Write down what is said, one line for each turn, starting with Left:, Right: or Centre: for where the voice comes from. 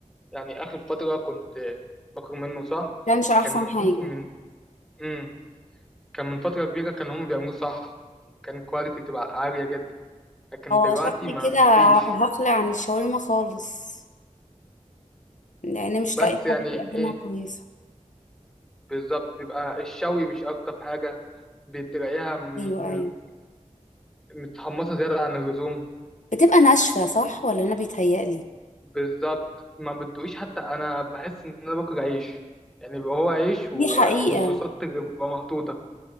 Centre: يعني اخر فترة كنت آه، باكل منه صح
Left: كانش احسن
Centre: كان
Left: حاجة
Centre: ممكن من مم. كان من فترة كبيرة كان هم بيعملوه صح كان كواليتي تبقى عالية جدا لكن
Left: هو
Centre: دلوقتي
Left: شكلي
Centre: ما
Left: كده
Centre: ما فيش
Left: هقلع عن الشاورما خالص لان مش
Centre: بس
Left: لاقي
Centre: يعني
Left: حد بيقدمها
Centre: ايه
Left: كويسة
Centre: بالظبط بيبقى الشوي مش ألطف حاجة بتلاقيها م-
Left: ايوه ايوه
Centre: م- متحمصة زيادة عن اللزوم
Left: بتبقى ناشفة صح ولا انا بيتهيألي
Centre: بالظبط ما بتدوقيش حتى أنا بحس إن أنا باكل عيش يعني بيبقى هو عيش
Left: دي
Centre: و...
Left: حقيقة
Centre: والصوصات اللي بتبقى محطوطة